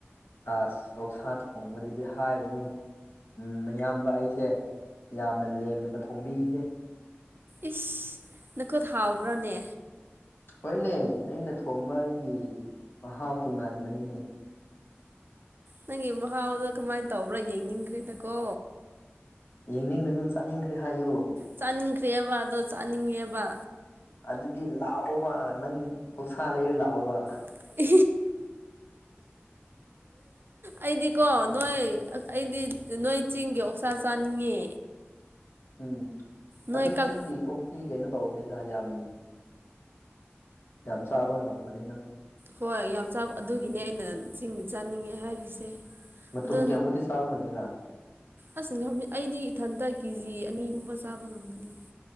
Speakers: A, on the left (about 60°); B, on the right (about 50°).
A: ꯑꯁ ꯑꯣꯛꯁꯥ ꯊꯣꯡꯕꯗꯨꯗꯤ ꯍꯥꯏꯔꯤꯅꯨ ꯎ ꯃꯌꯥꯝꯕ ꯑꯩꯁꯦ ꯌꯥꯝꯅ ꯂꯦꯝꯅꯒ ꯐꯣꯡꯕꯤꯔꯤꯁꯦ
B: ꯏꯁ ꯅꯈꯨꯠ ꯍꯥꯎꯕ꯭ꯔꯥꯅꯦ
A: ꯍꯣꯏꯅꯦ ꯑꯩꯅ ꯊꯣꯡꯕ ꯑꯩꯒꯤ ꯃꯍꯥꯎ ꯇꯣ ꯉꯥꯟꯕꯅꯤꯅꯦ
B: ꯅꯪꯒꯤ ꯃꯍꯥꯎꯗꯣ ꯀꯃꯥꯏꯅ ꯇꯧꯕ꯭ꯔꯥ ꯌꯦꯡꯅꯤꯡꯈ꯭ꯔꯦꯗꯀꯣ
A: ꯌꯦꯡꯅꯤꯡꯒꯅꯨ ꯆꯥꯅꯤꯡꯈ꯭ꯔꯦ ꯍꯥꯏꯌꯨ
B: ꯆꯥꯅꯤꯡꯈ꯭ꯔꯦꯕ ꯑꯗꯣ ꯆꯥꯅꯤꯡꯉꯦꯕ
A: ꯑꯗꯨꯗꯤ ꯂꯥꯛꯑꯣꯕ ꯅꯪ ꯄꯧꯁꯥ ꯂꯩꯔ ꯂꯥꯛꯑꯣꯕ
B: <inaudible> ꯑꯩꯗꯤꯀꯣ ꯅꯣꯏ ꯑꯩꯗꯤ ꯅꯣꯏ ꯆꯤꯡꯒꯤ ꯑꯣꯛꯁꯥ ꯆꯥꯅꯤꯡꯉꯦ
A: ꯎꯝ
B: ꯅꯣꯏ
A: ꯑꯗꯨ
B: ꯀꯛ
A: ꯆꯤꯡꯒꯤ ꯑꯣꯛꯇꯤ ꯀꯩꯅꯣ ꯇꯧꯕꯅꯤꯗ ꯌꯥꯝ ꯌꯥꯝ ꯆꯥꯕ ꯉꯝꯒꯅꯤ ꯅꯪ
B: ꯍꯣꯏ ꯌꯥꯝ ꯆꯥꯕ ꯑꯗꯨꯒꯤꯅꯦ ꯑꯩꯅ ꯆꯤꯡ ꯆꯥꯅꯤꯡꯉꯦ ꯍꯥꯏꯔꯤꯁꯦ
A: ꯃꯝꯒꯤ
B: ꯑꯗꯣ
A: ꯑꯃꯨꯗꯤꯤ ꯁꯥꯎꯅꯗꯔ
B: ꯑꯁ ꯑꯩꯗꯤ ꯏꯊꯟꯇ ꯀꯦꯖꯤ ꯑꯅꯤꯒꯨꯝꯕ ꯆꯥꯕ ꯉꯝꯒꯅꯤ